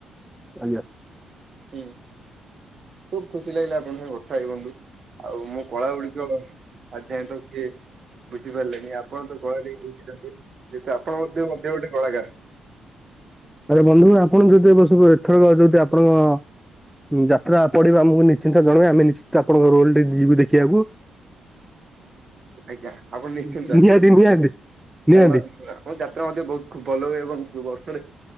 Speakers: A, in the centre; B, on the right (about 45°).
A: ଆଜ୍ଞା।
B: ହୁଁ। ଖୁବ୍ ଖୁସି ଲାଗିଲା ଆପଣଙ୍କ ସାଙ୍ଗେ କଥା ହେଇ ବନ୍ଧୁ। ଆଉ ମୋ କଳାଗୁଡିକ ଆଜି ଯାଏଁ ତ କିଏ ବୁଝିପାରିଲେନି, ଆପଣ ତ କଳାରେ ଭିଜିଛନ୍ତି, ଯେହେତୁ ଆପଣ ମଧ୍ୟ ମଧ୍ୟ ଗୋଟେ କଳାକାର।
A: ଆରେ ବନ୍ଧୁ, ଆପଣଙ୍କୁ ଯଦି ଏ ବର୍ଷ ଏଥରକ ଯଦି ଆପଣଙ୍କ ଯାତ୍ରା ପଡିବ ଆମକୁ ନିଶ୍ଚିନ୍ତ ଜଣାଇବେ, ଆମେ ନିଶ୍ଚିିତ ଆପଣଙ୍କ ରୋଲଟିଏ ଯିବୁ ଦେଖିଆକୁ।
B: ଆଜ୍ଞା, ଆପଣ
A: ନିହାତି
B: ନିଶ୍ଚିନ୍ତ ଆସିବେ।
A: ନିହାତି
B: କାରଣ
A: ନିହାତି
B: ଆମ ଯାତ୍ରା ମଧ୍ୟ ବହୁତ ଖୁବ୍ ଭଲ ହୁଏ ଏବଂ ବର୍ଷରେ